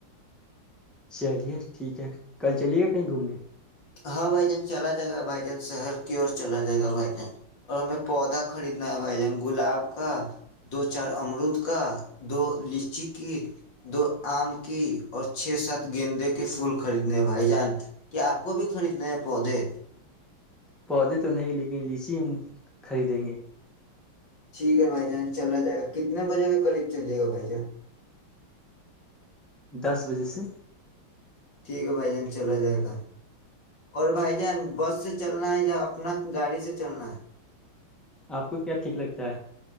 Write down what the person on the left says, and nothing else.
ہاں بھائی جان چلا جائے گا بھائی جان شہر کی اور چلا جائے گا بھائی جان اور ہمیں پودا خریدنا ہے بھائی جان گلاب کا دو چار امرود کا دو لیچی کی دو آم کی اور چھ سات گیندے کے پھول خریدنے ہیں بھائی جان کیا آپ کو بھی خریدنے ہیں پودے
ٹھیک ہے بھائی جان چلا جائے گا کتنے بجے کے قریب چلیے گا بھائی جان
ٹھیک ہے بھائی جان چلا جائے گا اور بھائی جان بس سے چلنا ہے یا اپنا گاڑی سے چلنا ہے